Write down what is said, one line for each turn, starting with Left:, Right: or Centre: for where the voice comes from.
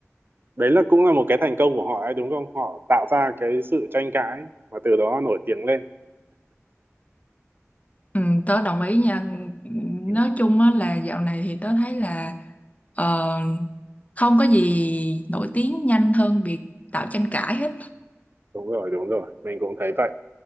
Right: đấy là cũng là một cái thành công của họ ấy đúng không họ tạo ra cái sự tranh cãi và từ đó nổi tiếng lên
Left: ừ, tớ đồng ý nha
Right: ừ,
Left: nói chung á, là dạo này thì tớ thấy là ờ, không có gì nổi tiếng nhanh hơn việc tạo tranh cãi hết
Right: đúng rồi đúng rồi mình cũng thấy vậy